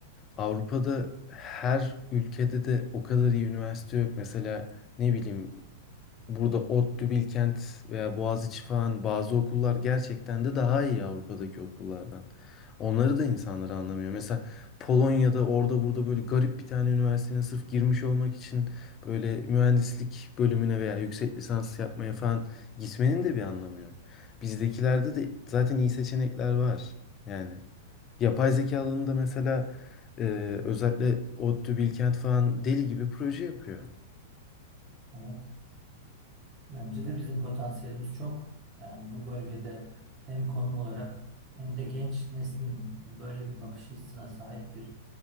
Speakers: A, on the left; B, on the right.
A: Avrupa'da her ülkede de o kadar iyi üniversite yok. Mesela ne bileyim Burada ODTÜ, Bilkent veya Boğaziçi falan bazı okullar gerçekten de daha iyi Avrupa'daki okullardan. Onları da insanlar anlamıyor. Mesela Polonya'da orada burada böyle garip bir tane üniversitenin sırf girmiş olmak için böyle mühendislik bölümüne veya yüksek lisans yapmaya falan gitmenin de bir anlamı yok. Bizdekilerde de zaten iyi seçenekler var. Yani yapay zeka alanında mesela e, özellikle ODTÜ, Bilkent falan deli gibi proje yapıyor.
B: Evet. Bence de bizim potansiyelimiz çok. Yani bu bölgede hem konum olarak hem de genç neslin böyle bir bakış açısına sahip bir